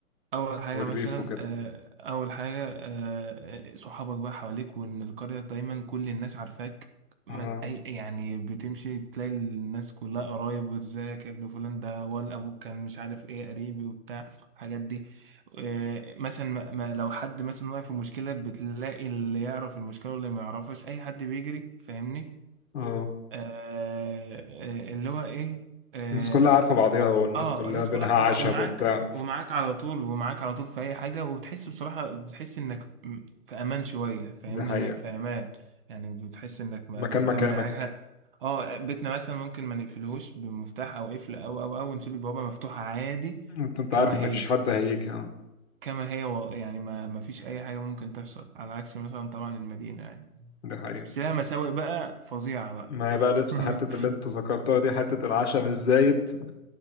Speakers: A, on the right; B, on the left.
A: اول حاجه
B: والريف
A: مثلا
B: وكده
A: آه، اول حاجه آه، صحابك بقى حواليك وان القريه دايما كل الناس عارفاك ما-
B: اه
A: اي يعني بتمشي تلاقي الناس كلها قرايب وازيك يا ابن فلان ده ولا ابوك كان مش عارف ايه قريبي وبتاع الحاجات دي آه، مثلا ما ما- لو حد مثلا واقع في مشكله بتلاقي اللي يعرف المشكله واللي ما يعرفش اي حد بيجري فاهمني
B: اه
A: آه، آه، اللي هو ايه آه،
B: الناس كلها عارفه بعضيها والناس
A: اه
B: كلها
A: الناس
B: بينها
A: كلها خبر
B: عشم
A: ومعاك
B: وبتاع
A: ومعاك على طول ومعاك على طول في اي حاجه وبتحس بصراحه بتحس انك م- في امان شويه فاهمني
B: دي حقيقه
A: انك في امان يعني بتحس انك م-
B: مكان
A: متامن
B: مكانك
A: يعني احنا اه بيتنا مثلا ممكن ما نقفلهوش بمفتاح او قفل او او او نسيب البوابه مفتوحه عادي
B: انت انت
A: كما
B: عارف ان
A: هي
B: مفيش حد هيجي اه
A: كما هي و- يعني ما ما فيش اي حاجه ممكن تحصل على عكس مثلا طبعا المدينه يعني
B: دي حقيقه
A: بس لها مساوئ بقى فظيعه بقى
B: ما هي بقى نفس
A: <laughs>
B: حتة اللي انت ذكرتها دي حتة العشم الزايد